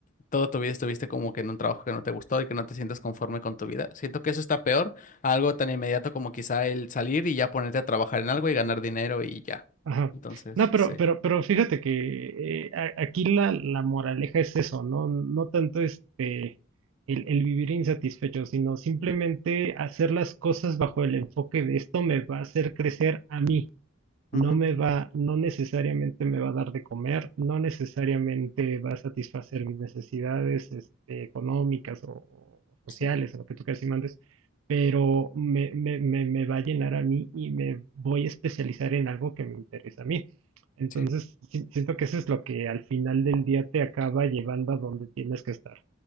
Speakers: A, on the left; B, on the right.
A: toda tu vida estuviste como que en un trabajo que no te gustó y que no te sientas conforme con tu vida. Siento que eso está peor a algo tan inmediato como quizá el salir y ya ponerte a trabajar en algo y ganar dinero y ya.
B: Ajá.
A: Entonces,
B: No, pero,
A: sí.
B: pero, pero fíjate que eh, a- aquí la, la moraleja es eso, ¿no? No tanto este el, el vivir insatisfecho, sino simplemente hacer las cosas bajo el enfoque de esto me va a hacer crecer a mí no
A: Ujú,
B: me va, no necesariamente me va a dar de comer, no necesariamente va a satisfacer mis necesidades, este, económicas o o sociales,
A: Sí,
B: o lo que tú quieras y mandes, pero me, me, me, me va a llenar a mí y me voy a especializar en algo que me interesa a mí. Entonces,
A: sí.
B: si- siento que eso es lo que al final del día te acaba llevando a donde tienes que estar.